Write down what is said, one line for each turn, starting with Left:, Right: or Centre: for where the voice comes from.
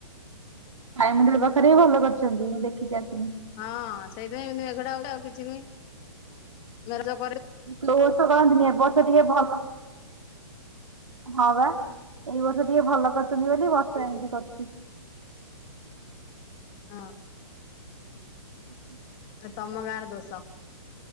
Right: ସାଇ ମନ୍ଦିର ପାଖରେ ହି ଭଲ କରିଛନ୍ତି ମୁଁ ଦେଖିକି ଆସିି
Left: ହଁ ସେଇଥିପାଇଁ ଏମତି ମେଘଟା ହଉଛି ଆଉ କିଛି ନାହିଁ।
Right: ଲୋ ବର୍ଷ କରନ୍ତିନି ବର୍ଷ ଟିକେ ଭଲ <unintelligible> ହଁ ବା ଏଇ ଗୋଟ ଏ ବର୍ଷ ଟିକେ ଭଲ କରିୁଛନ୍ତି ବୋଲି ବର୍ଷା ଏମତି କରୁଛି।
Left: ହଁ।
Right: ହୁଁ <inaudible>
Left: ତମଗାଁ ର ଦୋଷ।